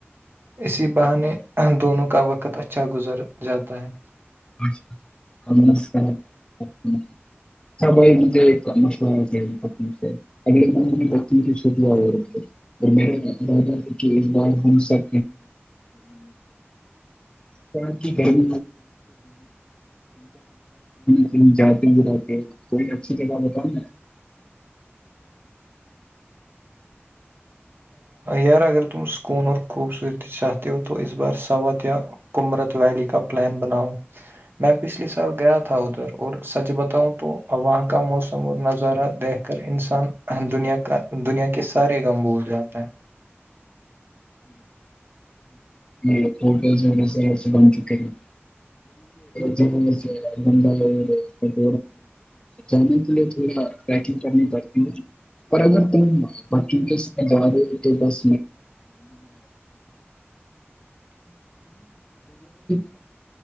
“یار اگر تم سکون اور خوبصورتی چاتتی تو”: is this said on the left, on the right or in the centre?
Right